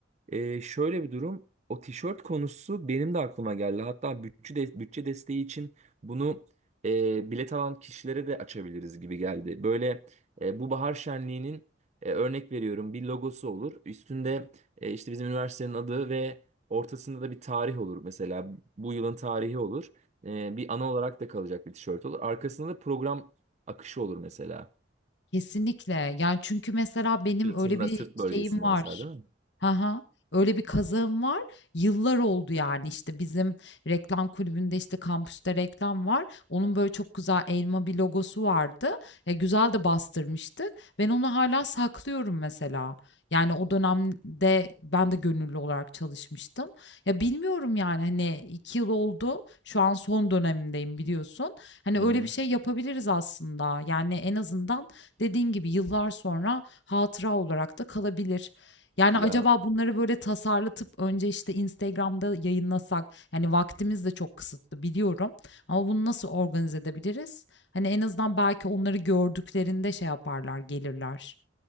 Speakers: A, on the right (about 35°); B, on the left (about 65°).
A: ee, şöyle bir durum. O tişört konusu benim de aklıma geldi. Hatta bütçe, de- bütçe desteği için bunu e, bilet alan kişilere de açabiliriz gibi geldi. Böyle e, bu bahar şenliğinin e, örnek veriyorum bir logosu olur. Üstünde e, işte bizim üniversitenin adı ve ortasında da bir tarih olur. Mesela bu yılın tarihi olur. E, bir ana olarak da kalacak bir tişört olur. Arkasında da program akışı olur mesela.
B: Kesinlikle. Yani çünkü mesela benim
A: Sırtında,
B: öyle bir
A: sırt bölgesinde
B: şeyim var.
A: mesela değil
B: Ha Öyle bir kazağım var. Yıllar oldu yani işte bizim reklam kulübünde işte kampüste reklam var. Onun böyle çok güzel elma bir logosu vardı. E, güzel de bastırmıştık. Ben onu hala saklıyorum mesela. Yani o dönemde ben de gönüllü olarak çalışmıştım. Ya bilmiyorum yani hani iki yıl oldu. Şu an son dönemindeyim biliyorsun. Hani
A: mi?
B: öyle
A: Hı hı.
B: bir şey yapabiliriz aslında. Yani en azından dediğin gibi yıllar sonra hatıra olarak da kalabilir. Yani
A: Ya
B: acaba bunları böyle tasarlatıp önce işte Instagram'da yayınlasak, yani vaktimiz de çok kısıtlı biliyorum ama bunu nasıl organize edebiliriz? Hani en azından belki onları gördüklerinde şey yaparlar, gelirler.